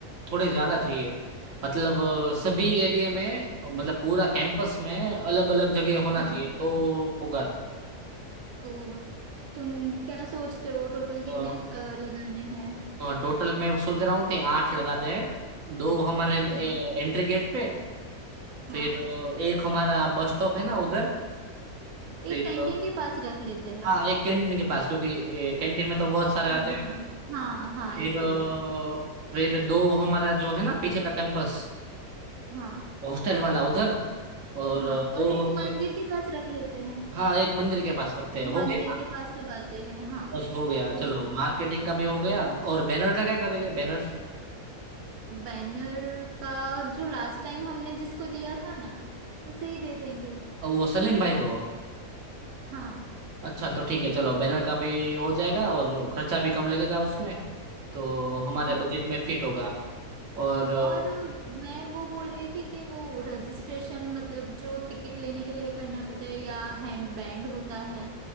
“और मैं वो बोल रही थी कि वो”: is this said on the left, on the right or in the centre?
Right